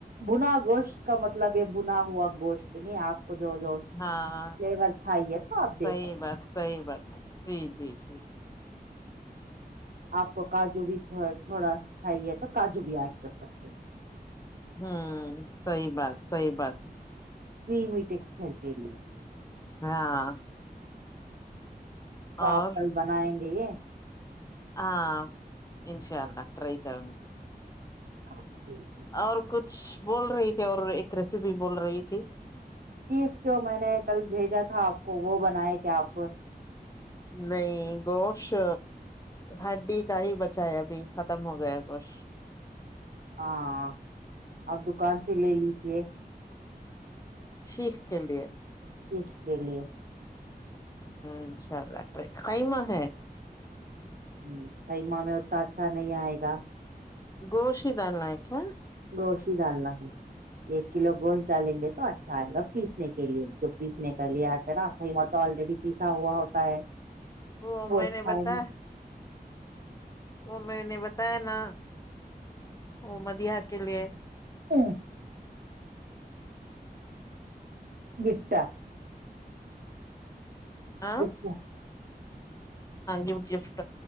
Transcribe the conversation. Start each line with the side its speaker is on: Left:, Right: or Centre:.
Right: بنا وش کا مطلب بنا بھنا ہوا گوشت میں آپ کو جو جو
Left: ہاں
Right: فلیور چاہیے تو آپ دے
Left: سی
Right: سکتے
Left: بات سی بات ہے جی جی جی
Right: آپ کو کاجو بھی تھوڑا چاہیے تو کاجو بھی ایڈ کر سکتے ہیں
Left: ہمم صحیح بات صحیح بات
Right: فمیٹیکسچر کے ل
Left: ہاں
Right: تو
Left: اور
Right: آپ کل بنائیں گے یہ
Left: ہاں انشاء اللہ ٹرائی کروں گی
Right: ہاں جی جی
Left: اور کچھ بول رہی تھی اور ایک ریسیپی بول رہی تھی
Right: شیخ جو میں نے کل بھیجا تھا آپ کو وہ بنائے کیا آپ
Left: نہیں گوشت ہڈی کا ہی بچا ہے ابھی ختم ہو گیا ہے گوشت
Right: ہاں آپ دکان سے لے لیجے
Left: شیخ کے لے
Right: شیخ کے لیے
Left: انشاءاللہ ٹرائی کروں قیمہ ہے
Right: ہ کما میں اتتا اچھا نہیں آئے گا
Left: گوشت ہی ڈالنا ہے کیا
Right: گوشت ہی ڈالنا ہے ایک کلو گوشت ڈالیں گے تو اچھا آئے گا پیسنے کے لیے جو پیسنے کا لیے آتا رہایں وہ تو آلریڈی پیسا ہوا ہوتا ہے
Left: وہ
Right: گوشت
Left: میں نے
Right: کھائیں
Left: بتا وہ میں نے بتایا نا وہ مدیحہ کے لیے
Right: <inaudible> گفت
Left: <inaudible> ہاں
Right: گفٹ
Left: گفٹ گفٹ